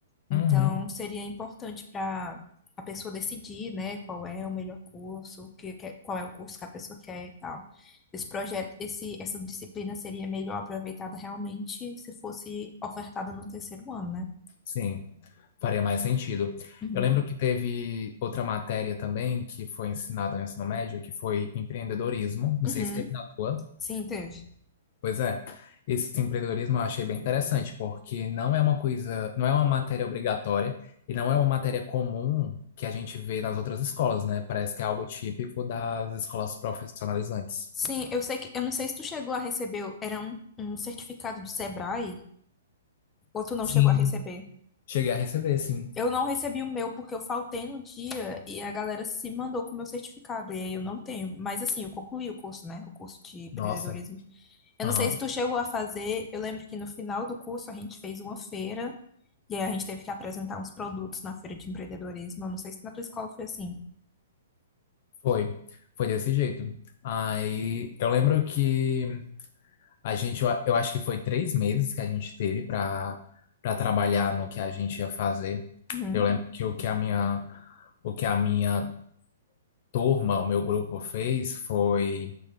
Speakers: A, on the left; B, on the left.
A: Então,
B: Uhum.
A: seria importante para a pessoa decidir, né, qual é o melhor curso, o que, que- qual é o curso que a pessoa quer e tal. Esse projeto, esse, essa disciplina seria melhor aproveitada realmente se fosse ofertada no terceiro ano, né?
B: Sim, faria mais sentido.
A: Uhum.
B: Eu lembro que teve outra matéria também que foi ensinada no ensino médio, que foi empreendedorismo. Não
A: Uhum.
B: sei se teve na tua.
A: Sim, teve.
B: Pois é. Esse empreendedorismo eu achei bem interessante, porque não é uma coisa, não é uma matéria obrigatória e não é uma matéria comum que a gente vê nas outras escolas, né? Parece que é algo típico das escolas profissionalizantes.
A: Sim, eu sei que, eu não sei se tu chegou a receber, era um, um certificado do Sebrae, ou tu não
B: Sim,
A: chegou a receber?
B: cheguei a receber, sim.
A: Eu não recebi o meu porque eu faltei no dia e a galera se mandou com o meu certificado. E aí eu não tenho. Mas assim, eu concluí o curso, né? O curso de empreendedorismo.
B: Nossa,
A: Eu
B: aham.
A: não sei se tu chegou a fazer. Eu lembro que no final do curso a gente fez uma feira e aí a gente teve que apresentar uns produtos na feira de empreendedorismo. Eu não sei se na tua escola foi assim.
B: Foi. Foi desse jeito. Aí eu lembro que A gente, eu a- eu acho que foi três meses que a gente teve para para trabalhar no que a gente ia fazer.
A: Uhum.
B: Eu lembro que o que a minha, o que a minha turma, o meu grupo fez foi